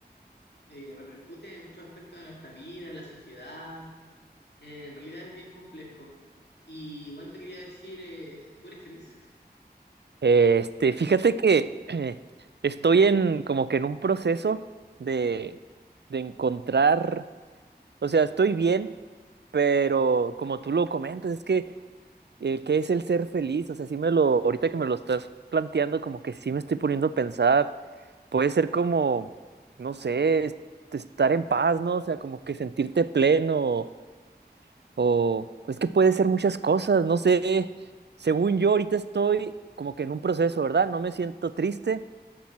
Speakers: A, on the left; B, on the right.
A: eh, repercute en muchos aspectos de nuestra vida, en la sociedad. En realidad es bien complejo. Y bueno, te quería decir, eh, ¿tú eres feliz?
B: Este,
A: ¿Qué
B: fíjate
A: es
B: que eh, estoy en como que en un proceso de, de encontrar, o sea, estoy bien, pero como tú lo comentas, es que el que es el ser feliz, o sea, sí me lo, ahorita que me lo estás planteando, como que sí me estoy poniendo a pensar, puede ser como, no sé, est- estar en paz, ¿no? O sea, como que sentirte pleno, o es que puede ser muchas cosas, no sé. Según yo, ahorita estoy como que en un proceso, ¿verdad? No me siento triste,